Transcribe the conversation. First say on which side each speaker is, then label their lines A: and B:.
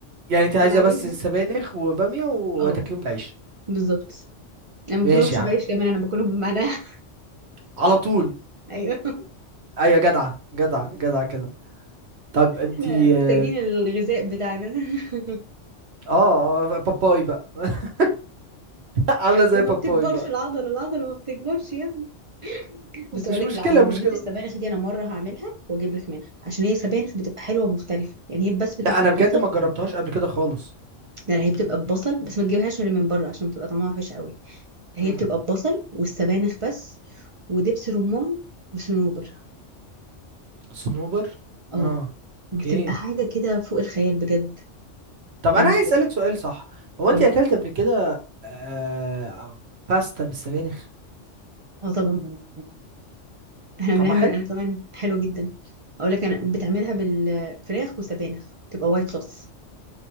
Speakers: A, on the right; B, on the right.
A: يعني انت عايزة
B: انا عايزة
A: بس سبانخ وبامية وتاكليهم
B: اه
A: بعيش
B: بالظبط انا ما
A: ماشي
B: باكلهمش
A: يا
B: بعيش
A: عم
B: كمان انا باكلهم بمعناها
A: على طول
B: <laughs> ايوه
A: ايوه جدعة جدعة جدعة كده طب انت
B: احنا محتاجين
A: اه
B: الغذاء بتاعنا <laughs>
A: آه، آه، باباي بقى <laughs> عاملة زي
B: وما
A: باباي
B: بتكبرش
A: بقى
B: العضله العضله ما بتكبرش يا ابني بس اقول
A: مش
B: لك
A: مشكلة
B: العجينات
A: مشكلة
B: السبانخ دي انا مره هعملها واجيب لك منها عشان هي سبانخ بتبقى حلوه ومختلفه يعني هي بس بتبقى
A: لا انا
B: ببصل
A: بجد ما جربتهاش قبل كده خالص
B: لا لا، هي بتبقى ببصل بس ما تجيبهاش اللي من بره عشان بتبقى طعمها وحش قوي هي
A: مم.
B: بتبقى ببصل والسبانخ بس ودبس رمان وصنوبر
A: صنوبر
B: اه
A: اه
B: بتبقى
A: اوكي
B: حاجة كده فوق الخيال بجد
A: طب
B: يعني
A: انا عايز اسالك سؤال صح هو
B: قولي
A: انت اكلت قبل كده آه... باستا بالسبانخ
B: اه طبعا احنا
A: طعمها
B: بنعمل
A: حلو
B: انا كمان حلو جدا اقول لك انا بتعملها بالفراخ وسبانخ تبقى وايت صوص